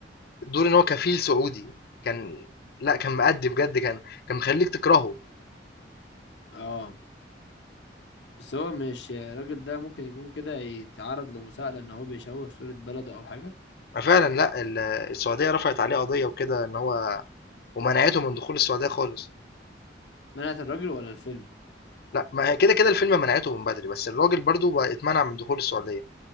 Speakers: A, on the left; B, on the left.
A: دور ان هو كفيل سعودي كان لا كان مأدي بجد كان كان مخليك تكرهه
B: اه بس هو مش الراجل ده ممكن يكون كده يتعرض لمساءلة ان هو بيشوه صورة بلده او حاجة
A: فعلا لا ال- السعودية رفعت عليه قضية وكده ان هو ومنعته من دخول السعودية خالص
B: منعت الراجل ولا الفيلم
A: لا ما هي كده كده الفيلم منعته من بدري بس الراجل برضو بقى اتمنع من دخول السعودية